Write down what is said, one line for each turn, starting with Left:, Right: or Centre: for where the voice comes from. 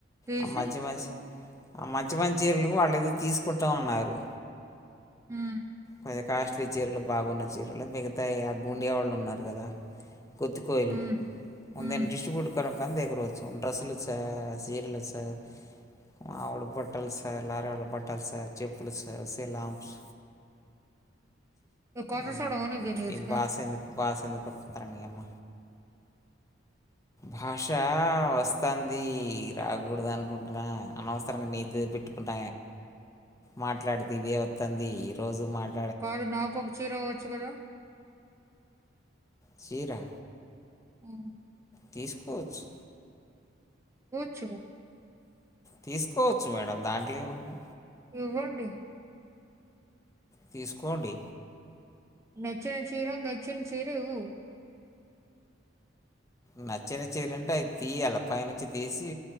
Right: తీసి
Left: ఆ మాజే మాధ ఆ మంచి మంచిరులకు వాళ్ళు ఏదో తీసుకుంటామన్నారు
Right: ఉమ్,
Left: కొంచెం కాస్ట్లీ చీరలు బాగున్న చీరలు మిగతా అగ్గుండేవాళ్ళు ఉన్నారు కదా కొత్తి కోయలు
Right: ఉమ్,
Left: ఉందేని
Right: ఉమ్.
Left: డిస్ట్రిబ్యూట్ ఎక్కరం కానీ ఎగ్గరవచ్చు డ్రస్సులు సా సీరియల్ సా మావోడి బట్టలు ఆరాలి. బట్టలు, చెప్పులు సెలామ్స్
Right: ఏ కాదు
Left: అమ్
Right: చూడవని దీని వచ్చి
Left: ఈ బాస ఎందుకు బాస ఎందుకు వస్తుతార న అమ్మ భాష వస్తుంది రాకూడదు అనుకుంటున్నా అనవసరంగా నీది పెట్టుకుంట మాట్లాడుతే ఇదే వతుంది ఈ రోజు మాట్
Right: కాదు నాక ఒకక చీర అవ్వచ్చు కదా
Left: చరా
Right: ఆ
Left: తీసుకోవచ్చు
Right: చ్చ
Left: తీసుకోవచ్చు మేడం దాంట్లో ఏమున్నా
Right: ఇగోండి
Left: తీసుకోండి
Right: నెచ్చిన చీర మెచ్చిన చీర ఇ
Left: నచ్చ నచ్చేదింటే అది తీయ అలా పైనుంచి తీసి